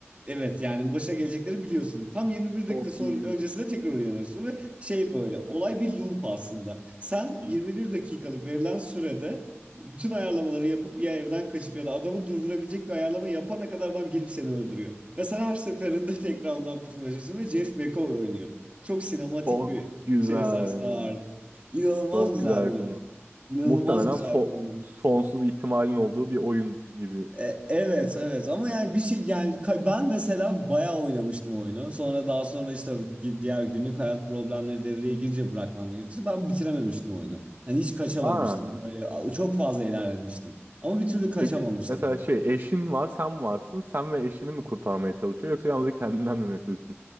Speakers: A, on the right (about 30°); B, on the right (about 50°).
A: Evet yani başına gelecekleri biliyorsun. Tam 21 dakika
B: Çok
A: sonra
B: iyi.
A: öncesinde tekrar uyanıyorsun ve şey böyle olay bir loop aslında. Sen
B: Hı.
A: 21 dakikalık verilen sürede bütün ayarlamaları yapıp ya evden kaçıp ya da adamı durdurabilecek bir ayarlama yapana kadar adam gelip seni öldürüyor. Ve sen her seferinde <laughs> tekrar ondan kurtulmaya çalışıyorsun ve James McAvoy oynuyor. Çok sinematik
B: Çok
A: bir
B: güzel.
A: şey sayesinde ağırdı. İnanılmaz
B: Çok
A: güzel
B: güzel
A: bir oyun.
B: konu.
A: İnanılmaz
B: Muhtemelen
A: güzel
B: so-
A: bir oyun.
B: sonsuz ihtimalin olduğu bir oyun gibi.
A: E, Evet evet ama yani bir şey yani ka- ben mesela bayağı oynamıştım oyunu. Sonra daha sonra işte gi- diğer günlük hayat problemleri devreye girince bırakmam gerekmişti. Ben bitirememiştim oyunu. Hani hiç kaçamamıştım
B: Aa.
A: böyle a- çok fazla ilerlemiştim. Ama bir türlü kaçamamıştım.
B: Peki mesela şey eşin var sen varsın. Sen ve eşini mi kurtarmaya çalışıyor yoksa yalnızca kendinden mi mesulsün?